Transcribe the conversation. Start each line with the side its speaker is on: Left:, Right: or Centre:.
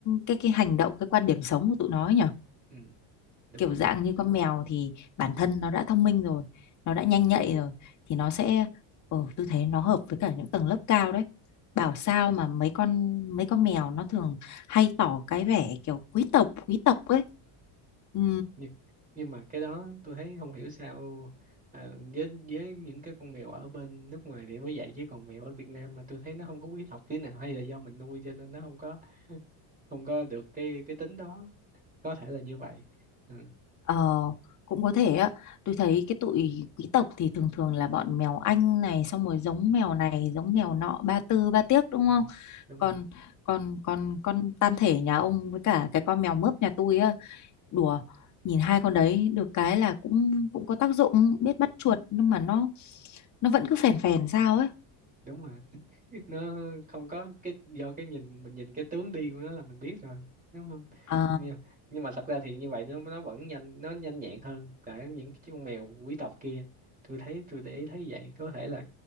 Left: cái cái hành động, cái quan điểm sống của tụi nó ấy nhỉ.
Right: ừ, đúng
Left: Kiểu
Right: rồi
Left: dạng
Right: đó
Left: như con mèo thì bản thân nó đã thông minh rồi, nó đã nhanh nhạy rồi thì nó sẽ ờ tôi thấy nó hợp với cả những tầng lớp cao đấy. Bảo sao mà mấy con mấy con mèo nó thường hay tỏ cái vẻ kiểu quý tộc, quý tộc ấy. Ừ,
Right: nhưng, nhưng mà cái đó tôi thấy không hiểu sao ờ, với với những cái con mèo ở bên nước ngoài thì mới dạy với con mèo ở Việt Nam mà tôi thấy nó không có quý học tí nào hay là do mình nuôi cho nên nó không có không có được cái cái tính đó có thể là như vậy ừ,
Left: Ờ, cũng có thể á. Tôi thấy cái tụi quý tộc thì thường thường là bọn mèo Anh này xong rồi giống mèo này, giống mèo nọ, ba tư ba tiếc đúng
Right: ừ,
Left: không?
Right: đúng
Left: Còn
Right: rồi
Left: còn còn con tam thể nhà ông với cả cái con mèo mướp nhà tôi á, đùa, nhìn hai con đấy được cái là cũng cũng có tác dụng biết bắt chuột nhưng mà nó nó vẫn cứ phèn phèn sao ấy.
Right: đúng rồi <laughs> nó không có cái do cái nhìn mình nhìn cái tướng đi của nó là mình biết rồi đúng không
Left: Ờ,
Right: nhưng, nhưng mà thật ra thì như vậy nó nó vẫn nhanh nó nhanh nhẹn hơn cả những cái con mèo quý tộc kia tôi thấy tôi để ý thấy vậy có thể là